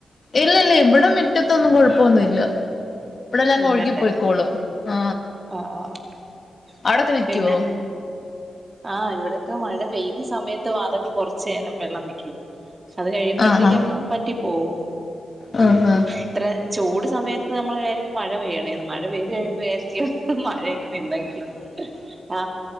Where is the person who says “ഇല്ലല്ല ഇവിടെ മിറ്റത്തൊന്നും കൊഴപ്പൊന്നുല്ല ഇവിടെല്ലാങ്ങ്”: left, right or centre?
Left